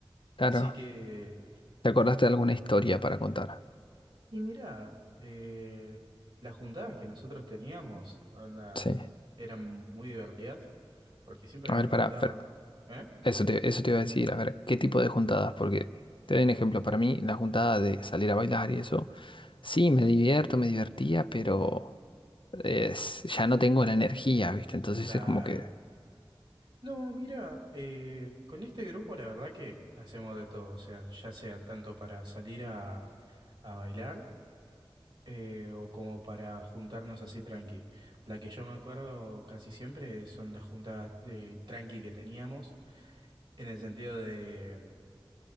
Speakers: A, on the left (about 65°); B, on the right (about 65°).
A: Claro,
B: Así que,
A: ¿te acordaste de alguna historia para contar?
B: y mirá, eh, las juntadas que nosotros teníamos, onda,
A: Sí.
B: eran muy divertidas, porque siempre
A: A
B: nos
A: ver,
B: juntaban,
A: pará.
B: ¿eh?
A: Eso te, eso te iba a decir, a ver, ¿qué tipo de juntadas? Porque te doy un ejemplo, para mí la juntada de salir a bailar y eso, sí, me divierto, me divertía, pero es- ya no tengo la energía, ¿viste? Entonces
B: Claro.
A: es como que
B: No, mira, eh, con este grupo la verdad que hacemos de todo, o sea, ya sea tanto para salir a, a bailar eh, o como para juntarnos así tranqui. La que yo me acuerdo casi siempre son las juntadas de tranqui que teníamos, en el sentido de,